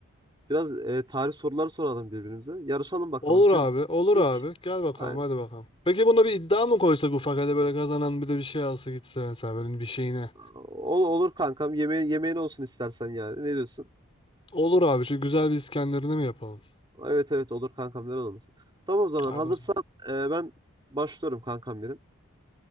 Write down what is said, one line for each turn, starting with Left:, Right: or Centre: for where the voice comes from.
Right: biraz e, tarih soruları soralım birbirimize. Yarışalım bakalım
Left: olur
Right: kim
Left: abi olur
Right: ilk
Left: abi gel bakalım
Right: aynen.
Left: hadi bakalım. Peki buna bir iddia mı koysak ufak hadi böyle kazanan bir de bir şey alsa gitse mesela böyle bir şeyine.
Right: Ol- olur kankam. Yemeğin yemeğin olsun istersen yani. Ne diyorsun?
Left: Olur abi şu güzel bir İskender'ini mi yapalım?
Right: Evet evet olur kankam neden olmasın. Tamam o zaman
Left: Hadi
Right: hazırsan
Left: hocam.
Right: e, ben başlıyorum kankam benim.